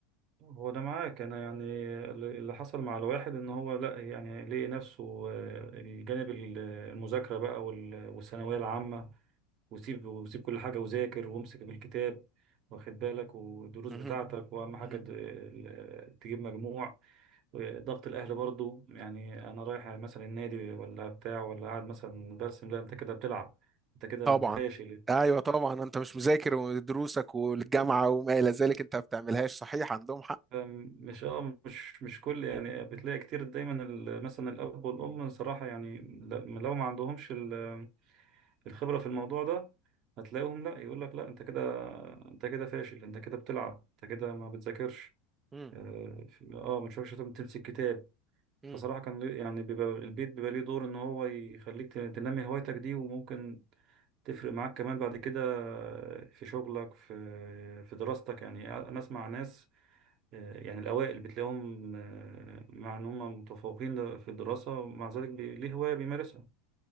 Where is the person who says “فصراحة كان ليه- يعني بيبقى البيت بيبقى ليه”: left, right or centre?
Right